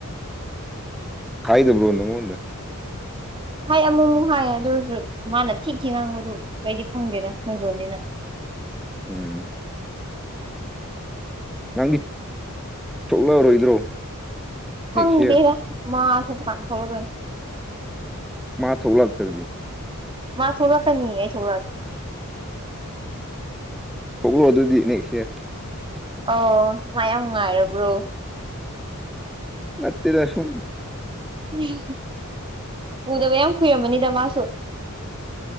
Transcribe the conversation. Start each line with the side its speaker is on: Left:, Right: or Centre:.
Centre: ꯀꯥꯏꯗꯕꯣ ꯅ ꯑꯃꯣ
Right: ꯍꯥꯏ ꯑꯃꯨꯛ ꯑꯃꯨꯛ ꯍꯥꯏꯌꯦ ꯑꯗꯨ ꯑꯣꯏꯔꯁꯨ ꯃꯥꯅ ꯊꯤꯛꯈꯤ ꯉꯥꯡꯕꯗꯨ ꯀꯩꯗꯤ ꯈꯪꯗꯦꯅ ꯃꯣꯏ ꯂꯣꯟꯅꯤꯅ
Centre: ꯎꯝ <unintelligible> <inaudible> ꯅꯪꯒꯤ ꯊꯣꯛꯂꯛꯑꯔꯣꯏꯗ꯭ꯔꯣ
Right: ꯈꯪꯗꯦꯔ
Centre: ꯅꯦꯛꯁ ꯌꯥꯔ
Right: ꯃꯥꯁ ꯗꯨꯀꯥꯟ ꯊꯣꯛꯂꯛꯗꯣꯏꯅꯤ
Centre: ꯃꯥ ꯊꯣꯛꯂꯛꯇ꯭ꯔꯗꯤ
Right: ꯃꯥ ꯊꯣꯛꯂꯛꯀꯅꯤꯌꯦ ꯑꯩ ꯊꯣꯛꯂꯛꯑꯗꯤ
Centre: ꯊꯣꯛꯂꯣ ꯑꯗꯨꯗꯤ ꯅꯦꯛꯁ ꯌꯥꯔ
Right: ꯑꯣ ꯃꯥ ꯌꯥꯝ ꯅꯨꯡꯉꯥꯏꯔꯕ꯭ꯔꯣ꯫
Centre: ꯅꯠꯇꯦꯗ ꯁꯨꯝ
Right: <unintelligible> ꯎꯗꯕ ꯌꯥꯝ ꯀꯨꯏꯔꯝꯃꯅꯤꯗ ꯃꯥꯁꯨ꯫